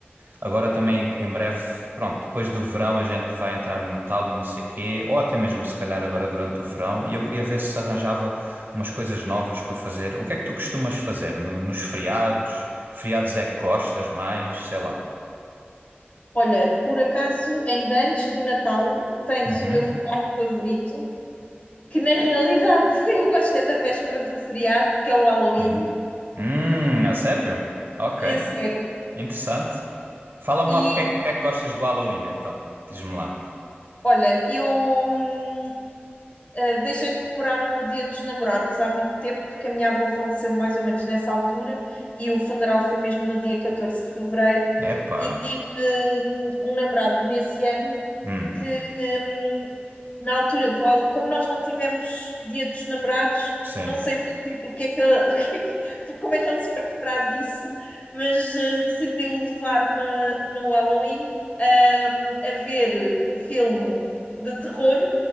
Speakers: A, on the right; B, on the left.
A: agora também em breve, pronto, depois do verão a gente vai entrar no Natal e não sei quê, ou até mesmo se calhar agora durante o verão, e eu queria ver se arranjava umas coisas novas para fazer. O que é que tu costumas fazer no- nos feriados? Que feriados é que gostas mais? Sei lá.
B: Olha, por acaso, ainda antes do Natal, tens
A: Uhum,
B: o meu feriado favorito, que na realidade <laughs> eu gosto é da véspera do feriado, que é o Halloween,
A: uhum. Hum, a sério? Ok,
B: é sério.
A: interessante. Fala-me
B: E
A: lá porque é, que- porque é que gostas do Halloween então. Diz-me lá.
B: olha, eu hum, ah, deixei de comemorar o Dia dos Namorados há muito tempo, porque a minha avó faleceu mais ou menos nessa altura, e o funeral foi mesmo no dia 14 de fevereiro,
A: Epá.
B: e tive hum, um namorado nesse ano.
A: Hum,
B: Que, hum, na altura do al- como nós não tivemos Dia dos Namorados,
A: sim.
B: não sei o que, é que- o que é que, <laughs> o que é que- como é que ele se foi lembrar disso, mas eh, decidiu levar-me no Halloween ahm, a ver um filme de terror